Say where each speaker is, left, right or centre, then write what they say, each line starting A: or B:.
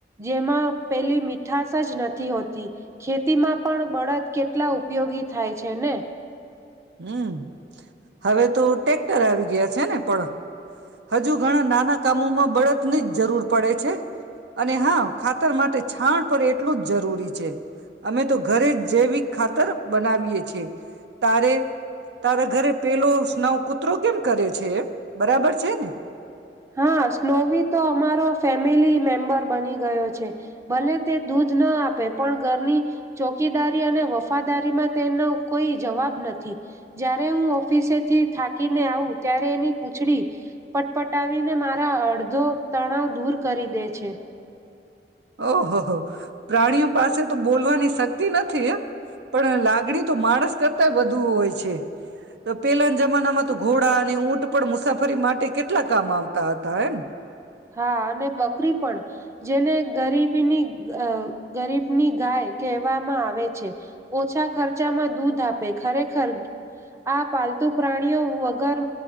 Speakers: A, on the right; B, on the right.
A: જેમાં પેલી મીઠશ જ નથી હોતી ખેતીમાં પણ બળદ. કેટલા ઉપયોગી થાય છે ને.
B: હમ હવે તો ટેક્ટર આવી ગયા છે ને પણ. હજુ ઘણા નાના. કામોમાં બળદની જ જરૂર પડે છે. અને હા ખાતર માટે છાણ પર. એટલું જ જરૂરી છે. અમે તો ઘરે જ જેૈવીિક. ખાતર બનાવીએ છીઍ તારે તારા ઘરે પેલો સ્નાવ કુતરો કેમ. કરે છે. બરાબર. ને
A: હા સ્નોવી તો અમારો. ફેમિલી મેમ્બર બની ગયો છે ભલે. દૂધ ના આપે પણ ઘરની. ચોકીદારી અને વફાદારીમાં તેનો કોઈ જવાબ નથી જ્યારે હું ઓફિસેથી થાકીને આવું ત્યારે એની. પૂછડી પટપટાવીને મારા અડધો તણાવ દૂર કરી દે છે.
B: ઓહહ. પ્રાણીઓ પાસે તો. બોલવાની શક્તિ નથી એ. પણ લાગણી તો માણસ કરતા વધુ હોય છે. તો પેલાના જમાનામાં તો ઘોડા અને ઊંટ પણ મુસાફરી માટે કેટલા કામ આવતા હતા એમ.
A: હા અને બકરી પણ જેને ગરીબીની ગરીબની ગાય કહેવામાં આવે છે ઓછા ખર્ચામાં દૂધ આપે ખરેખર આ પાલતુ પ્રાણીઓ વગર